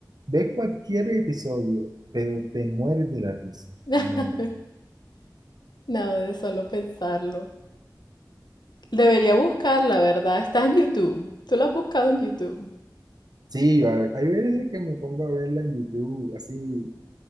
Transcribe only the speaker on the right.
ves cualquier episodio, pero te mueres de la risa,
te mueres.
Sí, yo a- hay veces que me pongo a verla en YouTube, así,